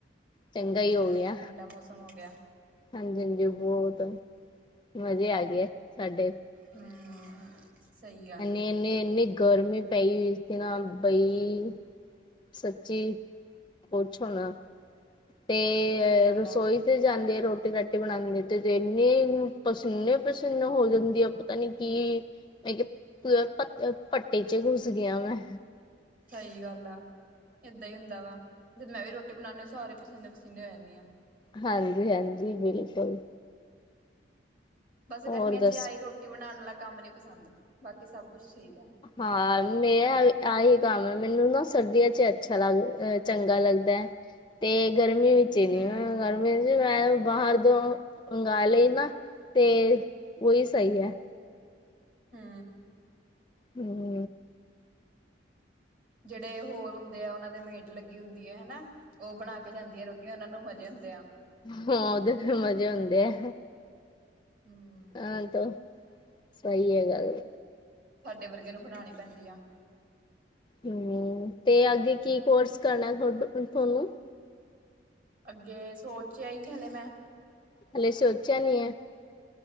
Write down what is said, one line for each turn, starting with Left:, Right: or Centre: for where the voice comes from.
Left: ਚੰਗਾ ਹੀ
Right: ਹਮ,
Left: ਹੋ ਗਿਆ
Right: ਠੰਡਾ ਮੌਸਮ ਹੋ ਗਿਆ।
Left: ਹਾਂਜੀ, ਹਾਂਜੀ, ਬੋਤ ਮਜ਼ੇ ਆ ਗਏ ਸਾਡੇ।
Right: ਹਮ, ਸਹੀ ਆ।
Left: ਇਨੀਂ, ਇਨੀ ਗਰਮੀ ਪਈ ਹੋਈ ਸੀ ਨਾ, ਬਈ। ਸੱਚੀ ਪੁੱਛੋ ਨਾ, ਤੇ
Right: ਸਹੀ ਗੱਲ
Left: ਰਸੋਈ
Right: ਆ
Left: ਜਾਂਦੇ ਆ ਰੋਟੀ -ਰਾਟੀ ਬਣਾਂਦੇ ਤੇ ਇੰਨਨੀ ਪਸੀਨੇ- ਪਸੰਨੇ ਹੋ ਜਾਂਦੀ ਆ। ਪਤਾ ਨੀ ਕਿ ਮੈਂ ਕਿਹਾ ਪੱਟੇ ਚ ਘੁਸ ਗਿਆ ਵਾ।
Right: ਸਹੀ ਗੱਲ ਆ। ਏਦਾਂ ਹੀ ਹੁੰਦਾ ਵਾ, ਜਦੋਂ ਮੈਂ ਵੀ ਰੋਟੀ ਬਣਾਉਂਦੀ ਹ ਸਾਰੇ ਪਸੀਨੇ-ਪਸੀਨੇ ਹੋ, ਜਾਂਦੀ ਹਾਂ।
Left: ਹਾਂਜੀ-ਹਾਂਜੀ ਬਿਲਕੁਲ।
Right: ਬਸ
Left: ਹੋਰ
Right: ਗਰਮੀਆਂ
Left: ਦੱਸ
Right: ਚ, ਆ ਹੀ ਰੋਟੀ ਬਣਾਉਣ ਵਾਲਾ ਕੰਮ ਨੀ ਪਸੰਦ। ਬਾਕੀ ਸਭ ਕੁਛ ਠੀਕ ਹੈ।
Left: ਹਾਂ, ਮੇ ਆਹੀ ਕੰਮ ਹੈ ਮੈਨੂੰ ਨਾ ਸਰਦੀਆਂ ਚ, ਅੱਛਾ ਲੱਗ ਚੰਗਾ ਲੱਗਦਾ। ਤੇ ਗਰਮੀ ਵਿੱਚ ਹੀ ਨੀ।
Right: ਹੂੰ
Left: ਗਰਮੀ ਚ ਬਾਹਰ ਉਦੋਂ ਮੰਗ ਲਈ ਨਾ। ਤੇ ਉਹੀ ਸਹੀ ਹੈ।
Right: ਹੂੰ
Left: ਹੂੰ
Right: ਜਿਹੜੇ ਹੋਰ ਹੁੰਦੇ ਆ। ਉਹਨਾਂ ਦੇ ਮੇਡ ਲੱਗੀ ਹੁੰਦੀ ਹੈ ਹਨਾ? ਉਹ ਬਣਾ ਕੇ ਜਾਂਦੀ ਆ ਰੋਟੀ। ਉਹਨਾ ਨੂੰ ਮਜ਼ੇ ਹੁੰਦੇ ਆ।
Left: ਹੂੰ, ਓਦੇ ਤੇ ਮਜੇ ਹੋਂਦੇ ਆ।
Right: ਹੂੰ
Left: ਹਾਂ ਤਾ ਸਹੀ ਹੈ ਗੱਲ।
Right: ਸਾਡੇ ਵਰਗੇ ਨੂੰ ਬਣਾਉਣੀ ਪੈਂਦੀ ਆ।
Left: ਹੂ, ਤੇ ਅੱਗੇ ਕੀ ਕੋਰਸ ਕਰਨਾ ਤੁਹਾਨੂੰ।
Right: ਅੱਗੇ, ਸੋਚਿਆ ਹੀ ਨਹੀ ਹਲੇ ਮੈਂ,
Left: ਹਲੇ ਸੋਚਿਆ ਨੀ ਹੈ?